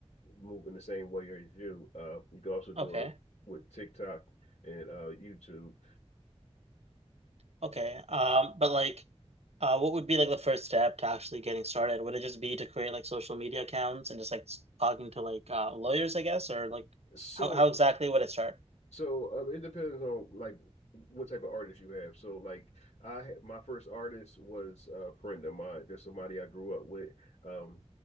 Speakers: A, on the left (about 85°); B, on the right (about 70°).
A: move in the same way as you. Uh, you can also do
B: Okay.
A: it with TikTok and uh, YouTube.
B: Okay. Um, but like, uh, what would be like the first step to actually getting started? Would it just be to create like social media accounts and just like s- talking to like uh, lawyers, I guess, or like
A: So
B: how how exactly would it start?
A: So um, it depends on like what type of artist you have. So like I had- my first artist was a friend of mine, just somebody I grew up with um